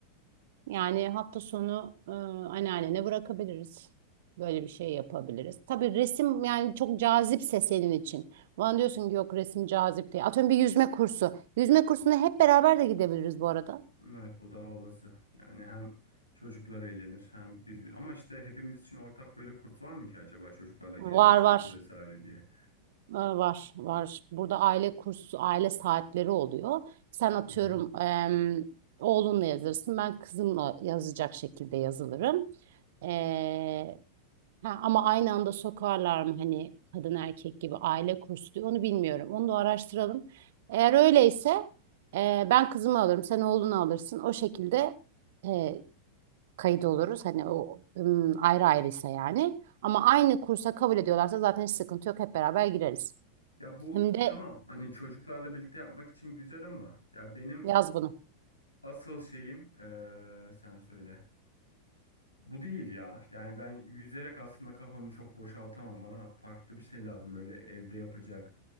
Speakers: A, on the right (about 55°); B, on the left (about 85°).
A: Yani hafta sonu e, anneannene bırakabiliriz. Böyle bir şey yapabiliriz. Tabii resim yani çok cazipse senin için. Bana diyorsun ki yok resim cazip değil. Atıyorum bir yüzme kursu. Yüzme kursuna hep beraber de gidebiliriz bu arada.
B: Evet, bu daha olası. Yani hem çocuklar eğlenir hem biz ama işte hepimiz için ortak böyle kurs var mı ki acaba çocuklarla girebileceğimiz
A: Var var.
B: vesaire diye.
A: E, var var. Burada aile kursu, aile saatleri oluyor. Sen atıyorum
B: Hı hı.
A: em, oğlunla yazırsın. Ben kızımla yazacak şekilde yazılırım. Ee, Ha, ama aynı anda sokarlar mı hani kadın erkek gibi aile kursu diyor onu bilmiyorum. Onu da araştıralım. Eğer öyleyse e, ben kızımı alırım sen oğlunu alırsın. O şekilde e, kayıt oluruz. Hani o ım, ayrı ayrıysa yani. Ama aynı kursa kabul ediyorlarsa zaten hiç sıkıntı yok. Hep beraber gireriz.
B: Ya bu
A: Hem de
B: tamam hani çocuklarla birlikte yapmak için güzel ama ya benim
A: yaz bunu.
B: asıl şeyim eee, sen söyle. Bu değil ya. Yani ben yüzerek aslında kafamı çok boşaltamam. Bana farklı bir şey lazım böyle evde yapacak.